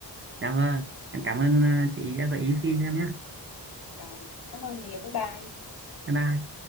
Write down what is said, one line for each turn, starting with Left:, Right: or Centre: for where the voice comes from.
Right: Dạ vâng, em cảm ơn ờ, chị đã gợi ý phim cho em nhé.
Left: rồi cảm ơn nhiều bye bye
Right: Bye bye.